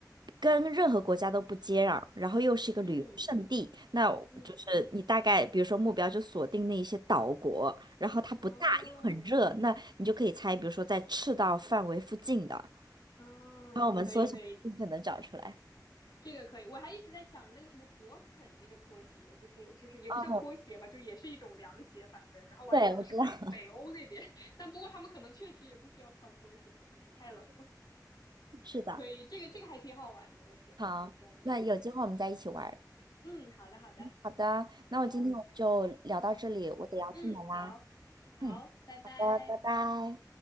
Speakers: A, on the right; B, on the left.
A: 跟任何国家都不接壤，然后又是一个旅游胜地，
B: 嗯
A: 那我就是你大概比如说目标就锁定那一些岛国，
B: 嗯，
A: 然后它不大又很热，
B: 哦
A: 那你就可以猜，比如说在赤道范围附近的，
B: 嗯，
A: 然后我们缩小就能找出来。
B: 可以可以，这个可以，我还一直在想着那个什么博肯那个拖鞋，就是就是也不像拖鞋吧，
A: 哦，
B: 就也是一种凉鞋，反正，然后我还想的是北北欧那边，
A: 对，我知道，<laughs>
B: <laughs> 但不过他们可能确实也不需要穿拖鞋吧，可能太冷了，
A: 是的。
B: 可以，这个这个还挺好玩的，我喜我挺喜欢这个的。
A: 好，那有机会我们再一起玩儿
B: 嗯，好的，好的，
A: 好的，那我今天我们就聊到这里，
B: 好，
A: 我得要出门啦。
B: 嗯，好，好，
A: 嗯，
B: 拜拜。
A: 好的，拜拜。